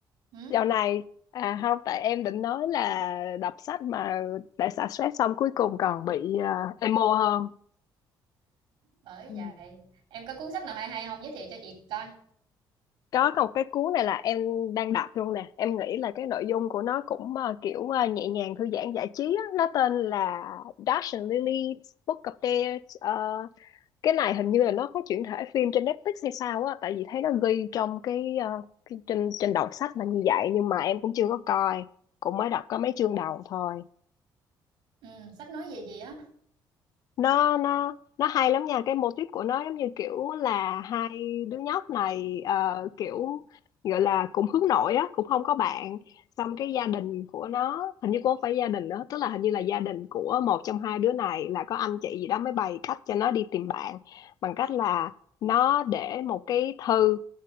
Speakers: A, on the right (about 80°); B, on the left (about 50°).
A: Ừ,
B: dạo này à không tại em định nói là đọc sách mà đã xả stress xong cuối cùng còn bị à, emo hơn
A: bởi
B: Ừ.
A: vậy, em có cuốn sách nào hay hay không giới thiệu cho chị coi.
B: Có có một cái cuốn này là em đang đọc luôn nè em nghĩ là cái nội dung của nó cũng ờ, kiểu ờ, nhẹ nhàng thư giãn giải trí á. nó tên là Dash and Lily's Book of Dares Ờ, cái này hình như là nó có chuyển thể phim trên Netflix hay sao á tại vì thấy nó ghi trong cái, ờ, cái trên trên đầu sách là như vậy nhưng mà em cũng chưa có coi cũng mới đọc có mấy chương đầu thôi
A: Ừ, sách nói về gì á?
B: nó nó nó hay lắm nha cái mô típ của nó giống như kiểu là hai đứa nhóc này ờ, kiểu gọi là cũng hướng nội á cũng không có bạn xong cái gia đình của nó hình như cũng không phải gia đình nữa tức là hình như là gia đình của một trong hai đứa này là có anh chị gì đó mới bày cách cho nó đi tìm bạn bằng cách là nó để một cái thư